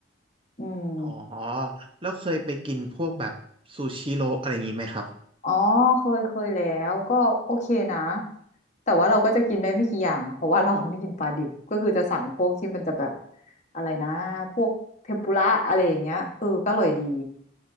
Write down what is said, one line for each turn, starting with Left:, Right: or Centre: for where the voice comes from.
Left: อืม
Right: อ๋อแล้วเคยไปกินพวกแบบซูชิโรอะไรอย่างงี้ไหมครับ
Left: อ๋อเคยเคยแล้วก็โอเคนะแต่ว่าเราก็จะกินได้ไม่กี่อย่างเพราะว่าเราไม่กินปลาดิบก็คือจะสั่งพวกที่มันจะแบบอะไรนะพวกเทมปุระอะไรอย่างเงี้ยเออก็อร่อยดี